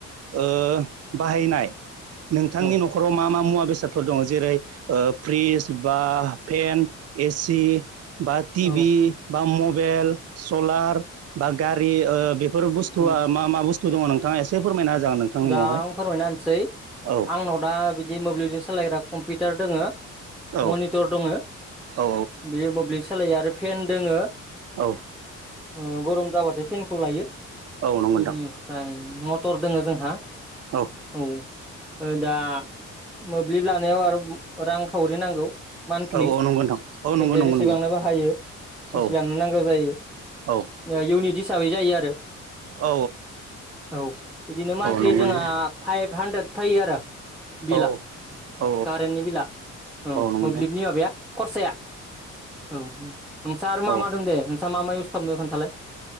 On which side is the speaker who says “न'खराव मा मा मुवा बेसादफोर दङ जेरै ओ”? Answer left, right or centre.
Right